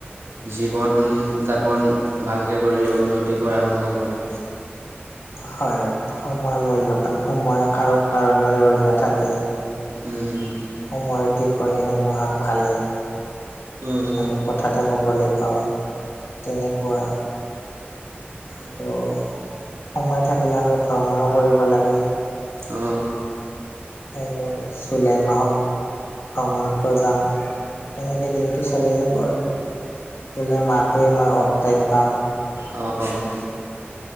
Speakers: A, on the right (about 85°); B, on the left (about 70°).
A: জীৱন যাপন ভালকে কৰিলে উন্নতি কৰা সম্ভৱ হয়।
B: হয়', সময় মূল্যৱান সময় কাৰো কাৰণে ৰৈ নাথাকে।
A: উম', উম'।
B: সময়ৰ টিকনি হেনো আগফালে,
A: উম
B: আমি কথাতে ক'বলে পাওঁ, তেনেকুৱা আৰু সময় থাকিলে আমি ভ্ৰমণো কৰিব লাগে
A: অ'
B: এই মই জুলাই মাহত ভ্ৰমন্ত্ৰ যাম, তেনেকে দিনটো চলি যাব আৰু। টোলে মাহ টোও ইমান অফ টাইম পাম।
A: অ' অ'